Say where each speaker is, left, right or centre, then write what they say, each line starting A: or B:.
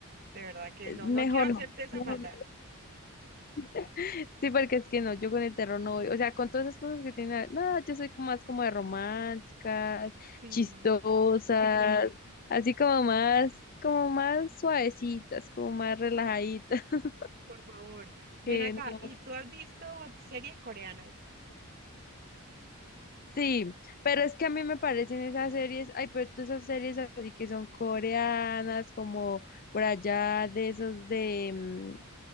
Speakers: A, on the right (about 45°); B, on the left (about 40°).
A: De verdad que
B: Eh,
A: no,
B: Mejor
A: no quiero hacerte
B: no.
A: esa
B: mejor
A: maldad.
B: no. <laughs> Sí, porque es que no, yo con el terror no voy. O sea, con todas esas cosas que tiene. No, yo soy como más como de románticas,
A: Sí,
B: chistosas, así como más, como más suavecitas, como más relajaditas. <laughs>
A: por favor.
B: Que
A: Ven acá.
B: no.
A: ¿Y tú has visto series coreanas?
B: Sí, pero es que a mí me parecen esas series. Ay, pero todas esas series así que son coreanas, como por allá de esos de. mm,